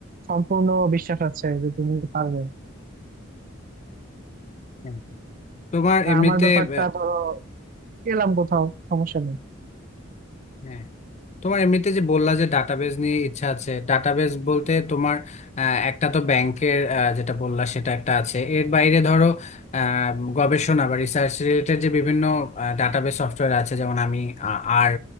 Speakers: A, on the right; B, on the left.
A: সম্পূর্ণ বিশ্বাস আছে যে তুমি পারবে
B: হ্যাঁ। তোমার
A: আর
B: এমনিতে
A: আমার ব্যাপারটা
B: আহ,
A: ধরো পেলাম কোথাও সমস্যা নেই
B: হ্যাঁ তোমার এমনিতে যে বললা যে ডাটাবেজ নিয়ে ইচ্ছা আছে ডাটাবেজ বলতে তোমার আহ, একটা তো ব্যাংকের যেটা বললা সেটা একটা আছে এর বাইরে ধরো আহ, গবেষণা বা রিসার্চ রিলেটেড যে বিভিন্ন ডাটাবেজ সফটওয়্যার আছে যেমন আমি আ- আর